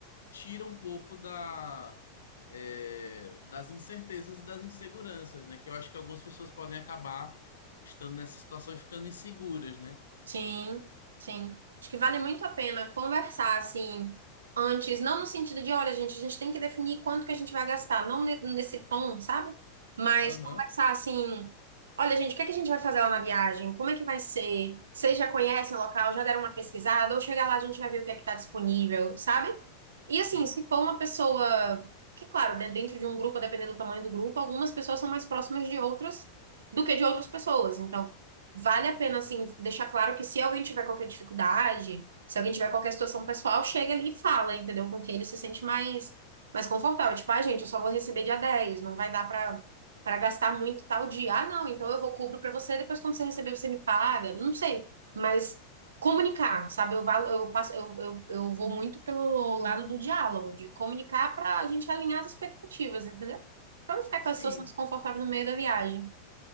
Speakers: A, on the left (about 65°); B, on the right (about 65°).
A: tira um pouco da, é, das incertezas e das inseguranças, né? Que eu acho que algumas pessoas podem acabar estando nessa situação e ficando inseguras, né?
B: Sim, sim. Acho que vale muito a pena conversar assim antes, não no sentido de, olha, gente, a gente tem que definir quanto que a gente vai gastar, não ne- nesse tom, sabe? Mas
A: Aham,
B: conversar assim, olha, gente, o que é que a gente vai fazer lá na viagem? Como é que vai ser? Vocês já conhecem o local? Já deram uma pesquisada? Ou chegar lá a gente vai ver o que é que tá disponível, sabe? E
A: sim.
B: assim, se for uma pessoa, que claro, né, dentro de um grupo, dependendo do tamanho do grupo, algumas pessoas são mais próximas de outras do que de outras pessoas. Então, vale a pena assim deixar claro que se alguém tiver qualquer dificuldade, se alguém tiver qualquer situação pessoal, chega ali e fala, entendeu? Com quem ele se sente mais mais confortável. Tipo, ah, gente, eu só vou receber dia dez não vai dar para para gastar muito tal dia. Ah, não, então eu vou cubro para você, depois quando você receber você me paga. Não sei, mas comunicar, sabe? Eu, valo- eu passo, eu, eu, eu vou muito pelo lado do diálogo, de comunicar para a gente alinhar as expectativas, entendeu? Para não ficar aquela
A: Sim,
B: situação desconfortável no meio da viagem.